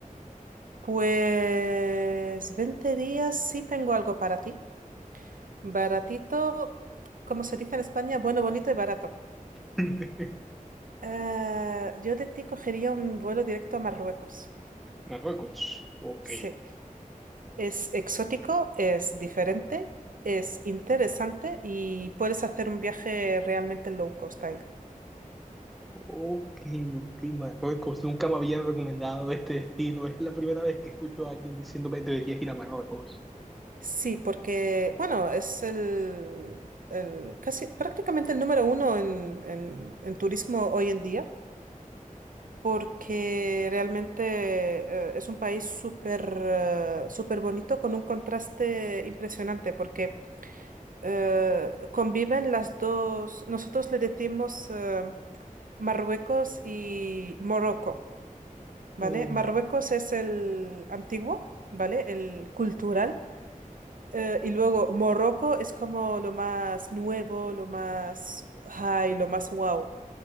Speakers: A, on the right; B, in the centre.
A: Pues 20 días sí tengo algo para ti. Baratito, como se dice en España, bueno, bonito y barato.
B: <laughs>
A: Eh, yo de ti cogería un vuelo directo a Marruecos.
B: Marruecos. Ok.
A: Sí. Es exótico, es diferente, es interesante y puedes hacer un viaje realmente low cost ahí.
B: Ok, ok, Marruecos. Nunca me habían recomendado este destino. Es la primera vez que escucho a alguien diciéndome deberías ir a Marruecos.
A: Sí, porque, bueno, es el, el casi prácticamente el número uno en, en- en turismo hoy en día, porque realmente eh, es un país súper eh, súper bonito con un contraste impresionante, porque eh, conviven las dos, nosotros le decimos eh, Marruecos y Morocco, ¿vale?
B: Oh.
A: Marruecos es el antiguo, ¿vale? El cultural. eh, y luego Morocco es como lo más nuevo, lo más high, lo más wow.